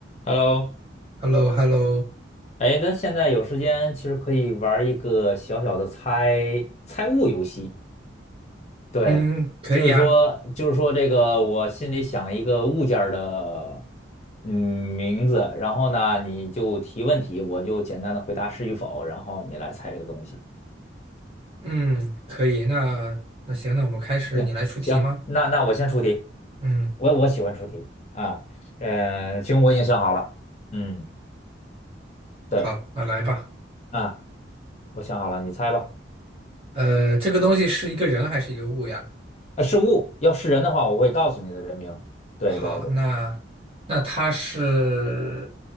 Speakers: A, on the left; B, on the right.
A: Hello，
B: h e l l o h e l l o
A: 哎，咱现在有时间，其实可以玩儿一个小小的猜猜物游戏。对，
B: 嗯，可以啊，
A: 就是说，就是说，这个我心里想一个物件儿的嗯名字，然后呢，你就提问题，我就简单的回答是与否，然后你来猜这个东西。
B: 嗯，可以，那那行，那我们开始，
A: 行行，
B: 你来出题吗？
A: 那那我先出题，
B: 嗯，
A: 我我喜欢出题啊，呃，行，我已经想好了，嗯，对
B: 好，那来吧。
A: 啊，我想好了，你猜吧。
B: 呃，这个东西是一个人还是一个物呀？
A: 呃，是物，要是人的话，我会告诉你的人名。对对对，
B: 好，那那它是